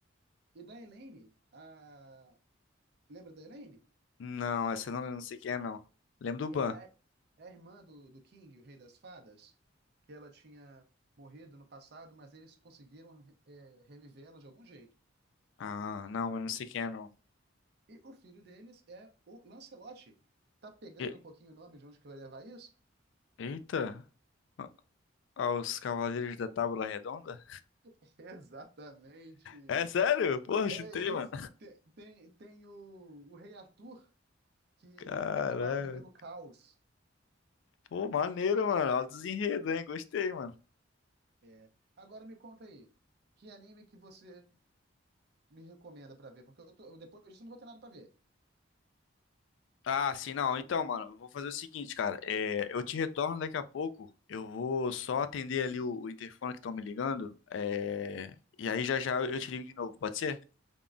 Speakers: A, on the right; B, on the left.
A: e da Elaine. A, lembra da Elaine?
B: Não, essa eu não lembro, não sei quem é, não. Lembro do
A: É
B: Ban.
A: a, é a irmã do, do King, o Rei das Fadas, que ela tinha morrido no passado, mas eles conseguiram é, reviver ela de algum jeito.
B: Ah, não, mas não sei quem é, não.
A: E o filho deles é o Lancelote. Tá pegando
B: E-
A: um pouquinho o nome de onde que vai levar isso?
B: eita! Ah, ah, os Cavaleiros da Tábua Redonda?
A: <laughs> Exatamente.
B: É sério? Porra,
A: É
B: chutei,
A: isso.
B: mano.
A: Tem, tem, tem o, o Rei Arthur que
B: Caralho.
A: tá tomado pelo caos.
B: Pô, maneiro, mano. Altos enredos, hein? Gostei, mano.
A: É. Agora me conta aí, que anime que você me recomenda pra ver? Porque eu tô, eu depois disso eu não vou ter nada pra ver.
B: Ah, sim, não. Então, mano, eu vou fazer o seguinte, cara. É, eu te retorno daqui a pouco. Eu vou só atender ali o, o interfone que estão me ligando. É, e aí já já eu te ligo de novo, pode ser?